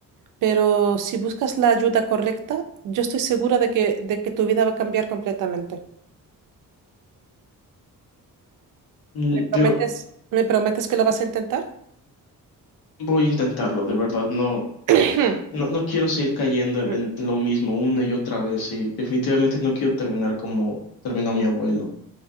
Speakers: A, on the right (about 65°); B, on the left (about 85°).
A: Pero si buscas la ayuda correcta, yo estoy segura de que, de que tu vida va a cambiar completamente.
B: Mm,
A: ¿Me prometes,
B: Yo
A: me prometes que lo vas a intentar?
B: voy a intentarlo, de verdad, no,
A: <coughs>
B: no, no quiero seguir cayendo en,
A: <clears throat>
B: en lo mismo una y otra vez y definitivamente no quiero terminar como terminó mi abuelo.